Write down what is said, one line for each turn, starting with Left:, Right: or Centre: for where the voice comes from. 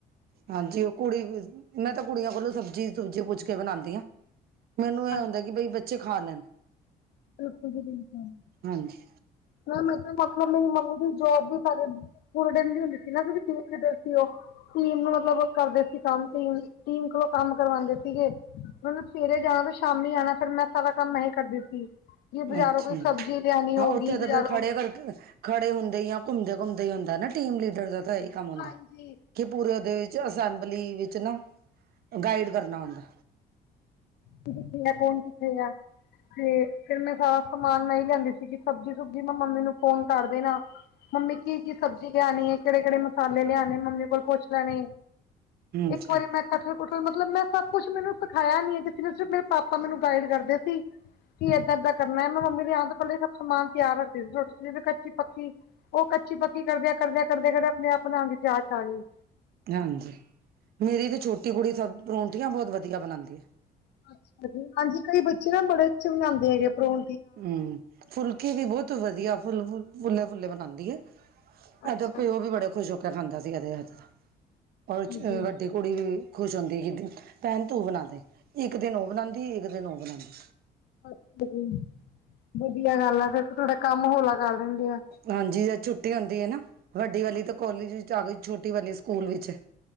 Right: ਹਾਂਜੀ ਉਹ ਕੁੜੀ ਮੈਂ ਤਾਂ ਕੁੜੀਆਂ ਕੋਲੋਂ, ਸਬਜ਼ੀ ਸੁਬਜੀ ਪੁੱਛ ਕੇ ਬਣਾਦੀ ਆ। ਮੈਨੂੰ
Left: ਹਾਂਜੀ
Right: ਇਹ ਹੁੰਦਾ, ਕਿ ਬਈ ਬੱਚੇ ਖਾ ਲੈਣ।
Left: ਬਿਲਕੁਲ ਜੀ ਬਿਲਕੁਲ,
Right: ਹਾਂਜੀ
Left: ਹਾਂ ਮੈਂ ਤਾਂ ਮਤਲਬ ਮੇਰੀ ਮੰਮੀ ਦੀ ਜੋਬ ਵੀ <unintelligible> ਪੂਰੇ ਦਿਨ ਦੀ ਹੁੰਦੀ ਸੀ ਨਾ, ਕਿਉੰਕਿ ਟੀਮ ਲੀਡਰ ਸੀ ਉਹ। ਟੀਮ ਨੂੰ ਮਤਲਬ ਕਰਦੇ ਸੀ ਕੰਮ, ਟੀਮ ਟੀਮ ਕੋਲੋਂ ਕੰਮ ਕਰਵਾਦੇ ਸੀਗੇ। ਉਹਨੇ ਸਵੇਰੇ ਜਾਣਾ ਤੇ ਸ਼ਾਮੀ ਆਉਣਾ, ਫੇਰ ਮੈਂ ਸਾਰਾ ਕੰਮ ਹੀ ਕਰਦੀ ਸੀ। ਜੇ ਬਾਜ਼ਾਰੋਂ
Right: ਅੱਛਾ,
Left: ਕੋਈ ਸਬਜ਼ੀ ਲਿਆਣੀ
Right: ਹਾਂ
Left: ਹੋਗੀ
Right: ਉੱਥੇ ਤਾਂ
Left: ਬਾਜ਼ਾਰੋਂ
Right: ਫੇਰ ਖੜੇ ਕਰਕੇ ਖੜੇ ਹੁੰਦੇ ਹੀ, ਜਾਂ ਘੁੰਮਦੇ- ਘੁੰਮਦੇ ਹੀ ਹੁੰਦਾ ਨਾ ਟੀਮ ਲੀਡਰ ਦਾ ਤਾਂ ਇਹੀ ਕੰਮ ਹੁੰਦਾ,
Left: ਹਾਂਜੀ
Right: ਕਿ ਪੂਰੇ ਉਹਦੇ ਤੇ ਅਸੈਂਬਲੀ ਵਿੱਚ ਨਾ, ਗਾਈਡ ਕਰਨਾ ਹੁੰਦਾ।
Left: ਕੀ ਤੇਰਾ ਫ਼ੋਨ ਕਿੱਥੇ ਆ? ਤੇ ਫਿਰ ਮੈਂ ਸਾਰਾ ਸਮਾਨ ਹੀ ਲਿਆਦੀ ਸੀਗੀ, ਸਬਜ਼ੀ ਸੁਬਜੀ ਮੈਂ ਮੰਮੀ ਨੂੰ ਫੋਨ ਕਰ ਦੇਣਾ। ਮੰਮੀ ਕੀ-ਕੀ ਸਬਜ਼ੀ ਲਿਆਣੀ ਐ, ਕਿਹੜੇ-ਕਿਹੜੇ ਮਸਾਲੇ ਲਿਆਣੇ, ਮੰਮੀ ਕੋਲ ਪੁੱਛ ਲੈਣੇ।
Right: ਹਾਂਜੀ
Left: ਇੱਕ ਵਾਰੀ ਮੈਂ ਕਠੇ-ਪੁੱਠੇ ਮਤਲਬ ਮੈਂ ਸਭ ਕੁੱਛ ਮੈਨੂੰ ਸਿਖਾਇਆ ਨੀ ਆ, ਜੇ ਸਿਰਫ ਮੇਰੇ ਪਾਪਾ ਮੈਨੂੰ ਗਾਈਡ ਕਰਦੇ ਸੀ। ਕੀ ਏਦਾਂ-ਏਦਾਂ ਕਰਨਾ ਐ, ਮੈਂ ਮੰਮੀ ਦੀ ਆਣ ਤੋਂ ਪਹਿਲਾਂ ਹੀ ਸਭ ਸਮਾਨ ਤਿਆਰ ਰੱਖਦੀ ਸੀ ਰੋਟੀ ਕੱਚੀ-ਪੱਕੀ ਉਹ ਕੱਚੀ ਪੱਕੀ ਕਰਦਿਆਂ ਕਰਦਿਆਂ ਕਰਦਿਆਂ ਕਰਦੇ ਆਪਣੇ ਆਪ ਬਣਾਣ ਦੀ ਜਾਂਚ ਆਗੀ।
Right: ਹਾਂਜੀ ਮੇਰੀ ਤੇ ਛੋਟੀ ਕੁੜੀ ਸਬ ਪਰੌਂਠੀਆਂ ਬਹੁਤ ਵਧੀਆ ਬਣਾਦੀ ਆ।
Left: ਹਾਂਜੀ ਹਾਂਜੀ ਕਈ ਬੱਚੇ ਨਾ ਬੜੇ ਅੱਛੇ ਬਣਾਦੇ ਹੈਗੇ ਆ ਪ੍ਰੌ
Right: ਹਮ ਫੁਲਕੇ ਵੀ ਬਹੁਤ ਵਧੀਆ ਫੁੱਲ ਫੁੱਲੇ-ਫੁੱਲੇ ਬਣਾਦੀ ਐ।
Left: ਅੱਛਾ
Right: ਇਹ ਦਾ ਪਿਓ
Left: ਜੀ
Right: ਵੀ ਬੜੇ ਖੁਸ਼ ਹੋ ਕੇ ਖਾਂਦਾ ਸੀ, ਏਹਦੇ ਹੱਥ ਦਾ। ਉਹ
Left: ਹਾਂਜੀ
Right: ਚ ਵੱਡੀ ਕੁੜੀ ਵੀ ਖੁਸ਼ ਹੁੰਦੀ ਕਿ ਭੈਣ ਤੂੰ ਬਣਾ ਦੇ, ਇੱਕ ਦਿਨ ਉਹ ਬਣਾਦੀ ਇੱਕ ਦਿਨ ਉਹ ਬਣਾਦੀ।
Left: ਅੱਛਾ ਜ ਵਧੀਆ ਗੱਲ ਆ, ਫੇਰ ਤਾਂ ਤੁਹਾਡਾ ਕੰਮ ਹੋਲਾ ਕਰ ਦਿੰਦੇ ਆ।
Right: ਹਾਂਜੀ ਜਦ ਛੁੱਟੀ ਆਉਂਦੀ ਐ ਨਾ, ਵੱਡੀ ਵਾਲੀ ਤਾਂ ਕੋਲਜ ਵਿੱਚ ਆ ਗਈ, ਛੋਟੀ ਵਾਲੀ ਸਕੂਲ ਵਿੱਚ।